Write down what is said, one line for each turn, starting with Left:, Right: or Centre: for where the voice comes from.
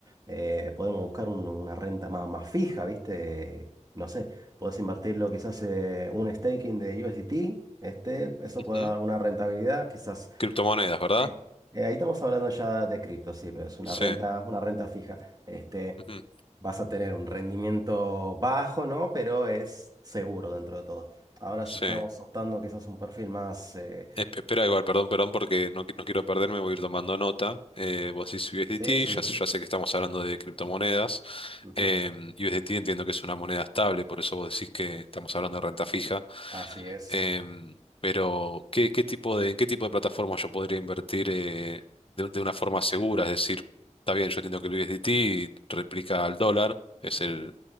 Right: eh, podemos buscar un- una renta más, más fija, viste, no sé, podés invertirlo quizás eh, un staking de USDT, este, eso
Left: ujú.
Right: puede dar una rentabilidad, quizás
Left: Criptomonedas, ¿verdad?
Right: Bien, eh, ahí estamos hablando ya de cripto, sí, pero es una
Left: Sí,
Right: renta, una renta fija. Este,
Left: ujú,
Right: vas a tener un rendimiento bajo, ¿no? Pero es seguro dentro de todo. Ahora
Left: sí.
Right: si estamos optando quizás un perfil más... eh,
Left: Espe- Espera, igual, perdón, perdón, porque no, qui- no quiero perderme, voy a ir tomando nota. Eh, vos decís USDT,
Right: sí, sí.
Left: ya, sé- ya sé que estamos hablando de criptomonedas.
Right: ujú,
Left: Em, USDT entiendo que es una moneda estable, por eso vos decís que estamos hablando de renta fija.
Right: Así es.
Left: Em, pero, ¿qué, qué tipo de, en qué tipo de plataforma yo podría invertir eh, de, un- de una forma segura? Es decir, está bien, yo entiendo que el USDT replica al dólar, es el,